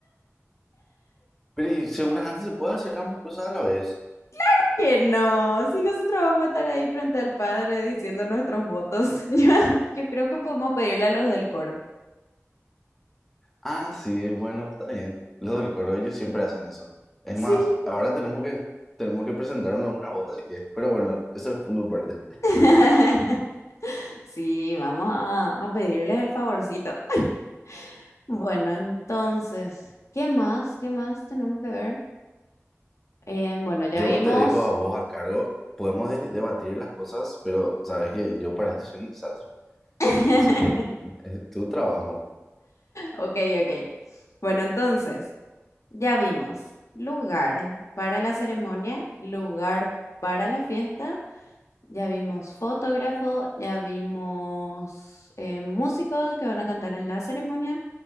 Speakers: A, in the centre; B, on the left.
A: Pero y según antes se puede hacer ambas cosas a la vez.
B: <laughs> Que no, si nosotros vamos a estar ahí frente al padre diciendo nuestros votos, <laughs> yo yo creo que podemos pedirle a los del coro.
A: Ah, sí, bueno, está bien. Los del coro, ellos siempre hacen eso. Es
B: Sí.
A: más, ahora tenemos que, tenemos que presentarnos a una boda, así que- pero bueno, eso es punto aparte.
B: <laughs> Sí, vamos a, a pedirles el favorcito. <laughs> Bueno, entonces, ¿qué más? ¿Qué más tenemos que ver? Em, bueno, ya
A: Yo
B: vimos.
A: te dejo a vos a cargo, podemos de- debatir las cosas, pero sabes que yo para esto soy un desastre.
B: <laughs>
A: Así que es tu trabajo.
B: Ok, ok. Bueno, entonces. Ya vimos lugar para la ceremonia, lugar para la fiesta, ya vimos fotógrafo, ya vimos eh, músicos que van a cantar en la ceremonia.